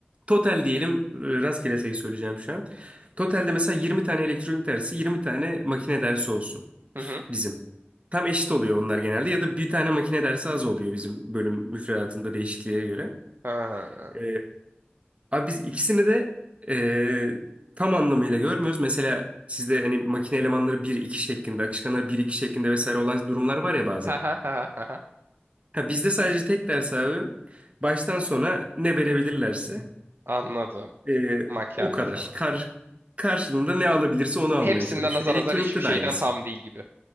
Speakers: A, on the right; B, on the right.
A: Total diyelim e, rastgele sayı söyleyeceğim şu an. Totalde mesela 20 tane elektronik dersi 20 tane makine dersi olsun
B: hı.
A: bizim. Tam eşit oluyor onlar genelde ya da bir tane makine dersi az oluyor bizim bölüm müfredatında değişikliğe göre.
B: Ha.
A: E, abi biz ikisini de e, tam anlamıyla görmüyoruz. Mesela sizde hani makine elemanları bir iki şeklinde, akışkanlar bir iki şeklinde vesaire olan durumlar var ya bazen.
B: Ha ha ha ha. ha.
A: Ha, bizde sadece tek ders abi. Baştan sona ne verebilirlerse
B: Anladım.
A: e,
B: Makyelde
A: o kadar.
B: falan.
A: Kar, karşılığında ne alabilirse onu almaya
B: Hepsinden
A: çalışıyor.
B: azar
A: Elektronikte
B: azar hiçbir şeyden
A: de aynısı.
B: tam değil gibi.